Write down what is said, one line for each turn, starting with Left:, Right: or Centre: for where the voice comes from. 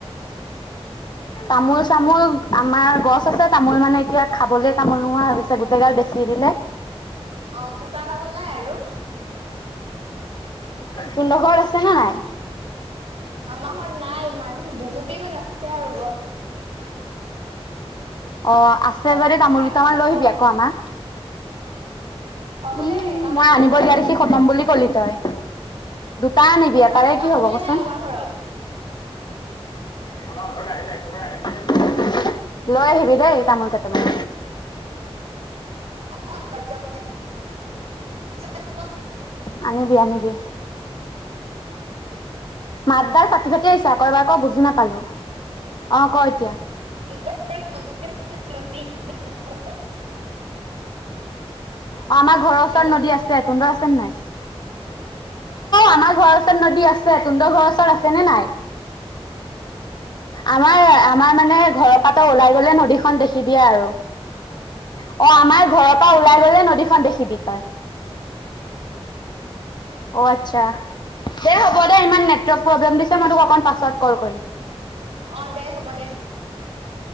Left: তামোল চামোল আমাৰ গছ আছে তামোল মানে এতিয়া খাবলে তামোল নোহোৱা হৈ গৈছে গোটেই গাল বেচি দিলে।
Right: অ পুতা তামোল নাই আৰু?
Left: তোড ঘৰত আছে না নাই?
Right: আমাৰ ঘৰত নাই ইমান দুজুপি ইমান আছে আৰু গছ।
Left: অ আছে
Right: তাকো
Left: যদি তামোল
Right: খাই
Left: দুটামান
Right: খতম
Left: লৈ আহিবি আকৌ আমাক।
Right: হ'ব
Left: উম
Right: দে এটামান
Left: মই
Right: লৈ
Left: আনিব
Right: যাম
Left: দিয়া
Right: আৰু
Left: দেখি খতম বুলি কলি তই। দুটা আনিবি
Right: সঁচাকে
Left: এতাৰে
Right: তামোলে
Left: কি হব কচোন?
Right: নাই আমাৰ ঘৰত
Left: আমাৰ ঘৰতে আহিলে একব আহিল। লৈ আহিবি দেই তামোল কেইটামান।
Right: অ। <unintelligible>
Left: আনিবি আনিবি। মাতদাৰ প ভাতি আহিছা আকৌ এবাৰ ক বুজি নাপালো অ ক এতিয়া।
Right: <unintelligible>
Left: অ আমাৰ ঘৰৰ ওচৰত
Right: হেল্ল'
Left: নদী আছে তুহতৰ আছে নে নাই? আমাৰ ঘৰৰ ওচৰত নদী আছে তুহতৰ ঘৰৰ ওচৰত আছে নে নাই? আমাৰ আমাৰ মানে ঘৰৰ পাতৰ ওলাই গলে নদীখন দেখিবিয়ে আৰু। অ আমাৰ ঘৰৰ পৰা ওলাই গলে নদীখন দেখিবি তই। অ আচ্ছা দে হ'ব দে ইমান ন প্ৰ্লেম দিছে মই তোক অকণ পাছত কল কৰিম।
Right: অ দে হ'ব দে।